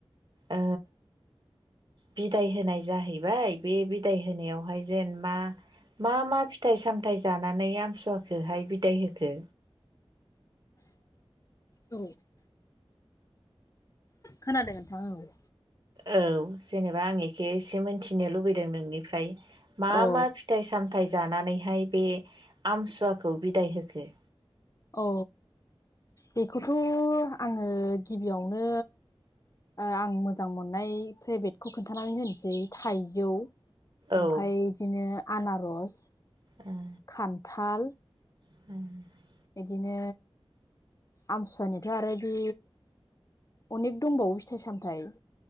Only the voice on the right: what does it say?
ओ बिदाय होनाय जाहैबाय बे बिदाय होनायावहाय जेन मा मा मा फिथाइ सामथायाइ जानानै आमसुवखौहाय बिदाय होखो
औ जेनेबा आं एखे एसे मोनथिनो लुबैदों नोंनिफ्राय मा
मा फिथाइ सामथायाइ जानानै हाय बे आमसुवाखौ बिदाय होखो
औ
अ
<unintelligible>